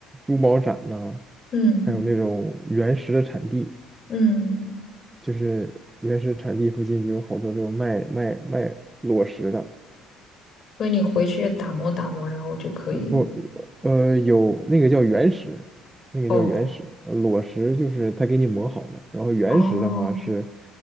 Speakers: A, on the right (about 15°); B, on the left (about 45°).
A: 珠宝展呐、
B: 嗯
A: 还有那种原石的产地，
B: 嗯，
A: 就是原石产地附近就有好多这种卖卖卖裸石的，
B: 所以你回去打磨打磨，然后就可以。
A: 不，呃，有那个叫原石，那个叫原石，
B: 哦。
A: 呃裸石就是他给你磨好的，然后原石的话是，
B: 哦，